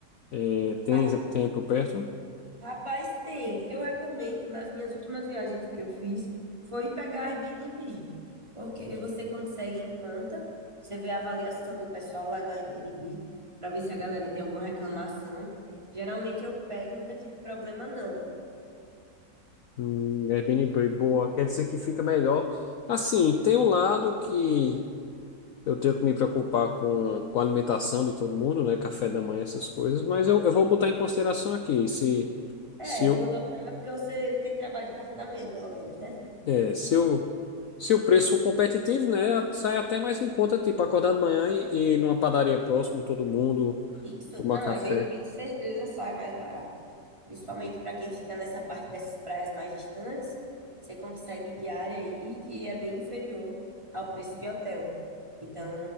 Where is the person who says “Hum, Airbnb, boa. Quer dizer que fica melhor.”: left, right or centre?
Left